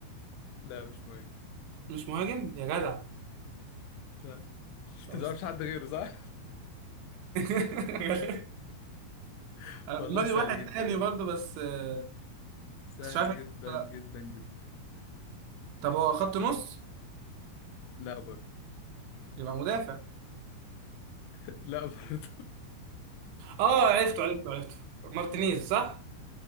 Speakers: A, on the left; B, on the right.
A: لا مش مهم
B: مش مهاجم يا جدع
A: لا انت
B: طب
A: ما
B: استنى.
A: تعرفش حد غيره صح؟
B: <laughs>
A: <laughs>
B: أنا
A: والله
B: في دماغي
A: سهل
B: واحد
A: جدا
B: تاني
A: بجد.
B: برضه بس آه،
A: سهل
B: بس مش عارف
A: جدا
B: لا
A: جدا جدا
B: طب هو خط نص
A: لا برضه
B: يبقى مدافع
A: <laughs> لا برضه
B: اه عرفته عرفته عرفته مارتينيز صح؟